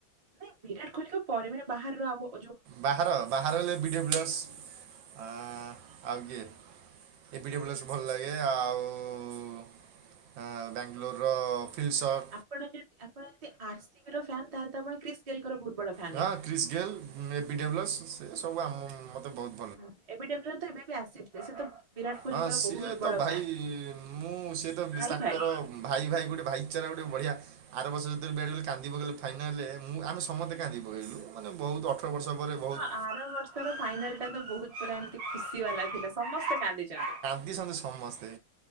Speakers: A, on the right; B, on the right.
A: ନାଇଁ ବିରାଟ୍ କୋହଲିଙ୍କ ପରେ ମାନେ ବାହାରର ଆମ
B: ବାହାର- ବାହାର ହେଲେ ଏବିଡ଼ିବ୍ଲିୟସ ଆଁ-
A: ଆଚ୍ଛା
B: ଆଉ କିଏ ଏବିଡିବ୍ଲିୟର୍ସ ଭଲ ଲାଗେ ଆଉ ହଁ- ବାଙ୍ଗାଲୋର ର ଫିଲ୍ସଟ୍
A: ଆପଣ ଯଦି ଆପଣ ଯଦି ଆର୍ ସି ବି ର ଫ୍ୟାନ୍ ତାହେଲେ ଆପଣ କ୍ରିସ୍ ଗେଲ୍ ଙ୍କର ବହୁତ୍ ବଡ ଫ୍ୟାନ୍
B: ହଁ
A: ହେଇଥିବେ।
B: କ୍ରିସ୍ ଗେଲ୍ ଏ ବିଡିବ୍ଲସ ସେ ସବୁ ଆମ ମତେ ବହୁତ୍
A: ହୁଁ ଏବେଡେବ୍ଲ ର ତ ଏବେ ବି ଆସିଥିଲେ ସେ ତ ବିରାଟ କୋହଲିଙ୍କର
B: ହଁ ସିଏ
A: ବହୁତ ବଡ
B: ତ ଭାଇ
A: ଫ୍ୟାନ୍।
B: ମୁଁ ସିଏ ତ ବିଶ୍-ତାଙ୍କର
A: ଭାଇ ଭାଇ
B: ଭାଇ ଭାଇ ଗୋଟେ ଭାଇ ଚାରା ଗୋଟେ ବଢିଆ। ଆର ବର୍ଷ ଯେତବେଳେ ବ୍ୟାଟ ବଲେ କାନ୍ଦି ଆର୍ ବର୍ଷ ଯେତେ <unintelligible> ପକେଇଲେ ଫାଇନାଲ ମୁଁ ଆମେ ସମସ୍ତେ କାନ୍ଦି ପକେଇଲୁ ମାନେ ବହୁତ ଅଠର ବର୍ଷ ପରେ ବହୁତ୍
A: ହଁ ଆର ବର୍ଷର ଫାଇନାଲ୍ ଟା ତ ବହୁତ୍ ପୁରା ଏମିତି ଖୁସି ବାଲା ଥିଲା ସମସ୍ତେ କାନ୍ଦିଚନ୍ତି।
B: କାନ୍ଦିଚନ୍ତି ସମସ୍ତେ।